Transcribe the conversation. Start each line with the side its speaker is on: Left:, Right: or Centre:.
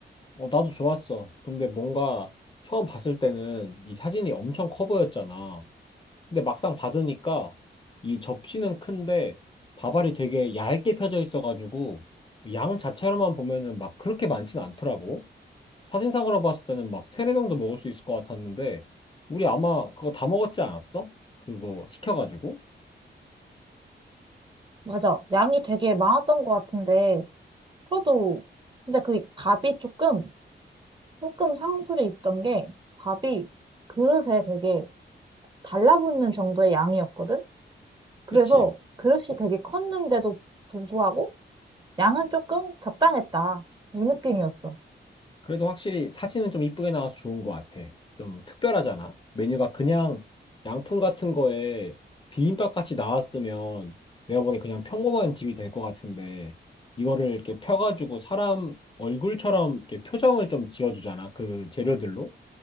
Left: 어, 나도 좋았어. 근데 뭔가 처음 봤을 때는 이 사진이 엄청 커 보였잖아. 근데 막상 받으니까 이 접시는 큰데 밥알이 되게 얇게 펴져 있어가지고 양 자체로만 보면은 막 그렇게 많진 않더라고. 사진상으로 봤을 때는 막 세네 병도 먹을 수 있을 것 같았는데 우리 아마 그거 다 먹었지 않았어? 그거 시켜가지고
Right: 맞아. 양이 되게 많았던 것 같은데, 그래도 근데 그 밥이 조금 조금 상술이 있던 게 밥이 그릇에 되게 달라붙는 정도의 양이었거든? 그래서
Left: 그치?
Right: 그릇이 되게 컸는데도 불구하고 양은 조금 적당했다. 이 느낌이었어.
Left: 그래도 확실히 사진은 좀 이쁘게 나와서 좋은 것 같아. 좀 특별하잖아. 메뉴가 그냥 양품 같은 거에 비빔밥 같이 나왔으면 내가 보기엔 그냥 평범한 집이 될 것 같은데 이거를 이렇게 펴가지고 사람 얼굴처럼 이렇게 표정을 좀 지어주잖아. 그 재료들로.